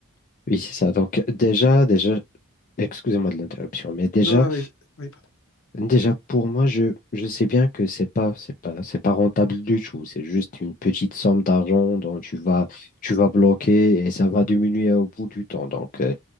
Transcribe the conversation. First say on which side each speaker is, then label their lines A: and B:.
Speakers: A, on the left; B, on the left.
A: oui, c'est ça. Donc déjà, déjà, excusez-moi de l'interruption, mais déjà,
B: Non, non, mais- oui,
A: Déjà, pour moi, je, je sais bien que c'est pas, c'est pas, c'est pas rentable du tout. C'est juste une petite somme d'argent dont tu vas, tu vas bloquer et ça va diminuer au bout du temps. Donc, euh,